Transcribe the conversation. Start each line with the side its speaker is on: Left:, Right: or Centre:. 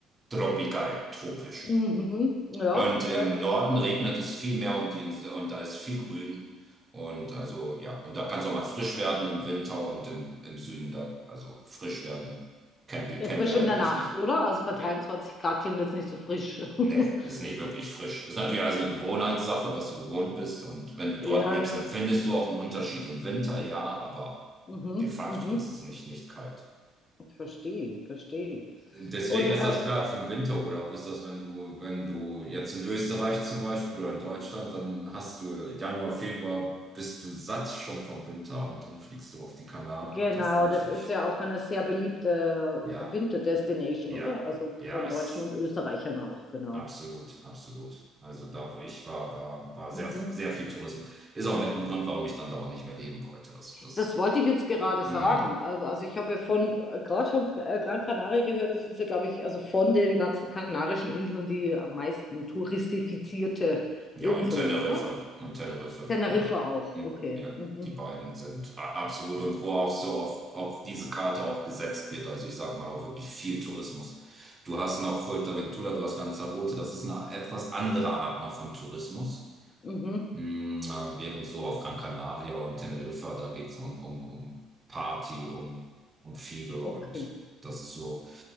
Right: tropikal, tropisch.
Left: Mhm. Ja,
Right: Und
Left: ja,
Right: im
Left: ja.
Right: Norden regnet es viel mehr und, die Insel, und da ist viel Grün. Und also, ja, und da kann es auch mal frisch werden im Winter und im, im Süden da, also frisch werden. Kennen die, kennen
Left: Ja, Frisch
Right: die eigentlich
Left: in der Nacht,
Right: nicht.
Left: oder? Also bei
Right: Ja.
Left: 23 Grad klingt jetzt nicht so frisch.
Right: Nee,
Left: <laughs>
Right: ist nicht wirklich frisch. Ist natürlich alles eine Gewohnheitssache, was du gewohnt bist. Und wenn du
Left: Ja,
Right: dort lebst,
Left: ja.
Right: empfindest du auch einen Unterschied im Winter, ja, aber
Left: Mhm,
Right: de facto
Left: mhm.
Right: ist es nicht, nicht kalt.
Left: Verstehe, verstehe.
Right: Und Deswegen
Left: Und
Right: ist
Left: ähm,
Right: das klar, für den Winterurlaub ist das, wenn du, wenn du jetzt in Österreich zum Beispiel oder in Deutschland, dann hast du Januar, Februar, bist du satt schon vom Winter und dann fliegst du auf die Kanaren
Left: genau,
Right: und hast dann natürlich,
Left: das ist ja auch eine sehr beliebte
Right: ja,
Left: Winterdestination,
Right: ja,
Left: oder? Also
Right: ja,
Left: von
Right: ist
Left: Deutschen und Österreichern auch, genau.
Right: absolut, absolut. Also da, wo ich war, war, war sehr,
Left: Mhm.
Right: sehr viel Tourismus. Ist auch mit ein Grund, warum ich dann da auch nicht mehr leben wollte. Das, das,
Left: Das wollte ich jetzt gerade
Right: mm.
Left: sagen. Aber- Also ich habe ja von, gerade von äh, Gran Canaria gehört, das ist ja, glaube ich, also von den ganzen Kanarischen Inseln die am meisten touristifizierte
Right: Ja,
Left: Insel,
Right: und Teneriffa.
Left: oder?
Right: Und Teneriffa,
Left: Teneriffa
Right: ja.
Left: auch,
Right: Hm,
Left: okay.
Right: Ja,
Left: Mhm.
Right: die beiden sind a- absolut. Und wo auch so auf, auf diese Karte auch gesetzt wird. Also ich sag mal auch wirklich viel Tourismus. Du hast noch Fuerteventura, du hast Lanzarote. Das ist eine etwas andere Art noch von Tourismus.
Left: Mhm.
Right: Hm, äh, Während so auf Gran Canaria und Teneriffa, da geht's um, um, um Party, um, um viele
Left: Okay.
Right: und ja, das ist so.